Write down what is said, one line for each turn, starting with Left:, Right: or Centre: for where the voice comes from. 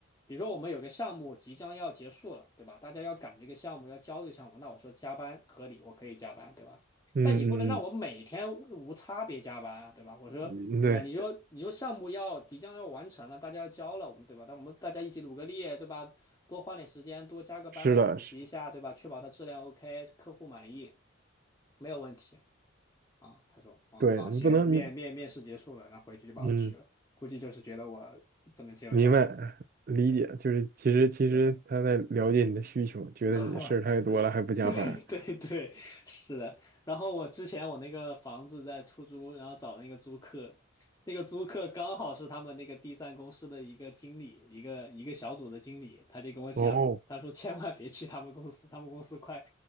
Left: 比如说我们有个项目即将要结束了，对吧？大家要赶这个项目，要交这个项目，那我说加班合理，我可以加班，对吧？
Right: 嗯嗯
Left: 但你不能让我每天无差别加班啊，对吧？我说，
Right: 嗯嗯，
Left: 对吧？
Right: 对，
Left: 你说你说项目要即将要完成了，大家要交了，我们对吧？但我们大家一起努个力，对吧？多花点时间，多加个班来补习一下，
Right: 是的，是，
Left: 对吧？确保它质量 OK，客户满意，没有问题。啊，他说哦好行，
Right: 对你不能，
Left: 面面面试结束了，
Right: 你
Left: 然后回去就把我拒了，
Right: 嗯，
Left: 估计就是觉得我不能接受加班。
Right: 明白理解，
Left: 对，是
Right: 就是其实其实他在了解你的需求，
Left: 的
Right: 觉得你的事儿太多了还不加班儿。
Left: <laughs> 对对对，是的。然后我之前我那个房子在出租，然后找那个租客，那个租客刚好是他们那个第三公司的一个经理，一个一个小组的经理，他就跟我讲，
Right: 哦，
Left: 他说千万别去他们公司，他们公司快